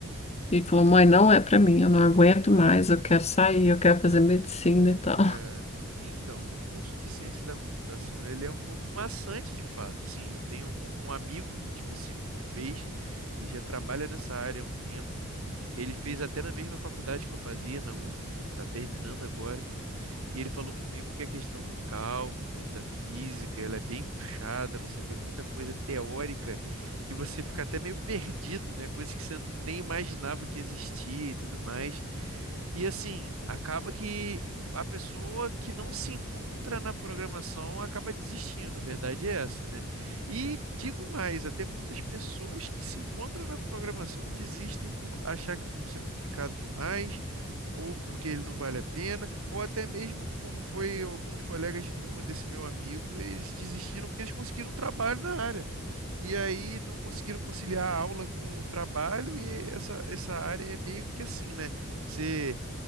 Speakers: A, on the left (about 30°); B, on the right (about 70°).
A: e falou: mãe, não é para mim, eu não aguento mais, eu quero sair, eu quero fazer medicina e tal.
B: É, então, o curso de ciência da computação, ele é um pouco maçante de fato. Assim, eu tenho algum, um amigo em específico que fez, ele já trabalha nessa área há um tempo. Ele fez até na mesma faculdade que eu fazia, na UF, está terminando agora. E ele falou comigo que a questão do cálculo, da física, ela é bem puxada, você vê muita coisa teórica que você fica até meio perdido, né? Coisas que você nem imaginava que existia e tudo mais. E assim, acaba que a pessoa que não se encontra na programação acaba desistindo, a verdade é essa, né? E digo mais, até muitas pessoas que se encontram na programação desistem por achar que o curso é complicado demais ou porque ele não vale a pena ou até mesmo como foi alguns colegas de turma desse meu amigo, eles desistiram porque eles conseguiram um trabalho na área. E aí não conseguiram conciliar a aula com o trabalho, e essa, essa área é meio que assim, né? Você